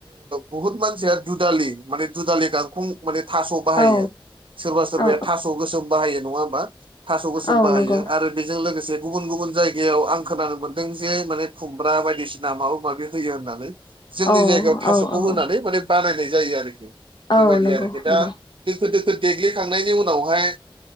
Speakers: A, on the right (about 70°); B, on the left (about 55°).
A: बुहुत मानसिया दुदालि माने दुदालि गांखं माने थास' बाहायो
B: औ
A: सोरबा सोरबाया
B: औ
A: थास' गोसोम बाहायो नङा होमबा थास' गोसोम
B: औ
A: बाहायो
B: नंगौ
A: आरो बेजों लोगोसे गुबुन गुबुन जायगायाव आं खोनानो मोनदों जे माने खुमब्रा बायदिसिना ना माबा माबि होयो होननानै जोंनि
B: औ
A: जायगायाव थास'खौ
B: औ औ
A: होनानै माने बानायनाय जायो आरोखि
B: औ
A: बेबायदि
B: नंगौ
A: आरोखि
B: नंगौ
A: दा दोखो दोखो देग्लिखांनायनि उनावहाय